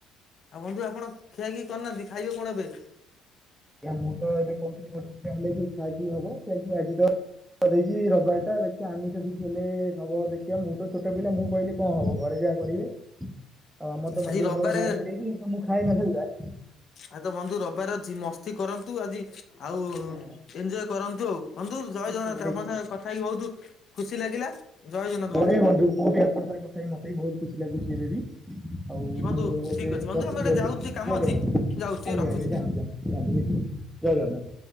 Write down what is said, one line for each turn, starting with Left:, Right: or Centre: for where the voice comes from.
Left: ଆଉ ବନ୍ଧୁ ଆପଣ ଖିଆ ଖିଇ କରିନାହାନ୍ତି ଖାଇବେ କଣ ଏବେ?
Centre: ଆ ମୁଁ ତ ଏବେ କହୁଥିଲି ଗୋଟେ ଦିଟା ହେଲେ ଖିଆ ଖିଇ ହବ। <unintelligible> ଆଜି <unintelligible> ରବିବାର ଟା ଦେଖ ଆମିଷ ବି ଥିଲେ ହବ ଦେଖିବା ମୁଁ ତ ଛୋଟ ପିଲା ମୁଁ କହିଲି କଣ ହବ ଘରେ ଯାହା କରିବେ। ଆଉ ଆମର ତ
Left: ଆଜି
Centre: <unintelligible>
Left: ରବିବାରେ
Centre: ଧରିକି ହେଇଚି ତ ମୁଁ ଖାଏ ନା ସେଗୁଡ଼ା।
Left: ଆ ତ ବନ୍ଧୁ ରବିବାର ଅଛି ମସ୍ତି କରନ୍ତୁ ଆଜି ଆଉ
Centre: ଆଜ୍ଞା ଆଜ୍ଞା
Left: ଏଞ୍ଜୟ କରନ୍ତୁ ଆଉ। ବନ୍ଧୁ ଜୟ
Centre: ନିଶ୍ଚିନ୍ତ
Left: ଜଗନ୍ନାଥ
Centre: ନିଶ୍ଚିନ୍ତ
Left: ଆପଣଙ୍କ ସାଙ୍ଗେ କଥା ହେଇକି ବହୁତ୍ ଖୁସି ଲାଗିଲା। ଜୟ ଜଗନ୍ନାଥ
Centre: ମୁଁ ବି ବନ୍ଧୁ ମୁଁ ବି ଆପଣଙ୍କ <unintelligible> କଥା ହେଇକି ମତେ ବି ବହୁତ୍ ଖୁସି ଲାଗୁଛି ଏବେ ବି। ଆଉ
Left: ବନ୍ଧୁ
Centre: ମୁଁ
Left: ଠିକ
Centre: ଏବେ
Left: ଅଛି ବନ୍ଧୁ
Centre: ରଖୁଛି
Left: ଆମେ ଗୋଟେ
Centre: ଆଜ୍ଞା
Left: ଯାଉଛୁ ଟିକେ କାମ
Centre: ଜୟ
Left: ଅଛି
Centre: ଜଗନ୍ନାଥ
Left: ଯାଉଛି ଟିକେ
Centre: ଆଜ୍ଞା
Left: ରଖୁଛୁ।
Centre: ଆଜ୍ଞା ଯାଆନ୍ତୁ। ରାଗିଲେକି ଜୟ ଜଗନ୍ନାଥ।